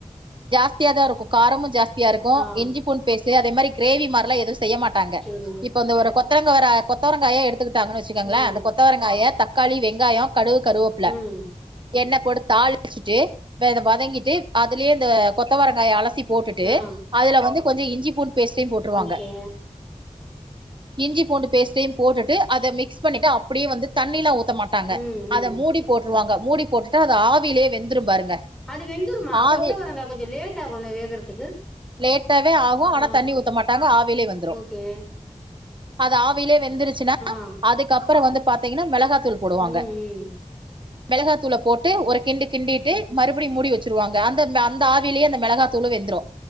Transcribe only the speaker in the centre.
ஆ
சேரி
ஆ
ம்
ஆ
ஓகே
ம் ம்
அது வெந்துருமா
கொத்த வரங்கா கொஞ்ச லேட் ஆகுல வேகறதுக்கு
ஆ
ஓகே
ஆ
ம் ம்
ஓகே